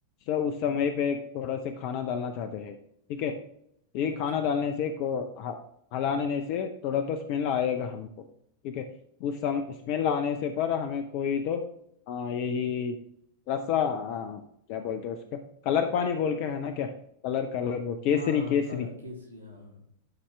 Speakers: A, on the left (about 45°); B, on the left (about 80°).
A: सो उस समय पे थोड़ा से खाना डालना चाहते हैं ठीक है ये
B: अच्छा
A: खाना डालने से को ह- हलाने से थोड़ा तो स्मेल आएगा हमको ठीक है उस सम स्मेल आने से पर हमें कोई तो आ, यही रसा आ, क्या बोलते हैं उसका कलर पानी बोल के है ना क्या कलर कलर वो केसरी
B: हाँ हाँ
A: केसरी
B: कलर केसरी हाँ हाँ